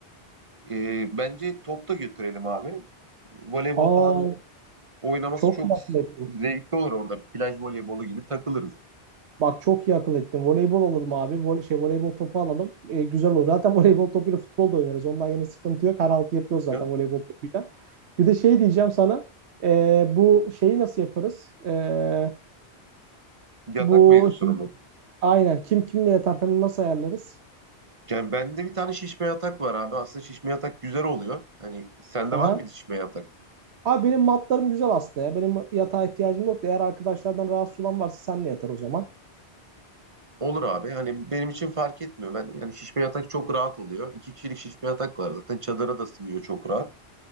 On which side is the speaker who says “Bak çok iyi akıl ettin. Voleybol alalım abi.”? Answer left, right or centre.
Right